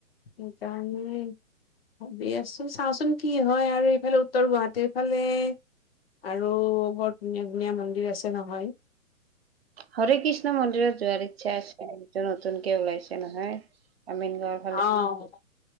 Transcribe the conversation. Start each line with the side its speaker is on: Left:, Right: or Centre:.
Left: সেইকাৰণে ভাবি আছোঁ। চাওঁচোন কি হয় আৰু এইফালে উত্তৰ গুৱাহাটীৰ ফালে আৰু বৰ ধুনীয়া ধুনীয়া মন্দিৰ আছে নহয়।
Right: হৰে কৃষ্ণ মন্দিৰত যোৱাৰ ইচ্ছা আছে। এতিয়া নতুনকে ওলাইছে নহয় আমিন গাঁৱত।
Left: অ',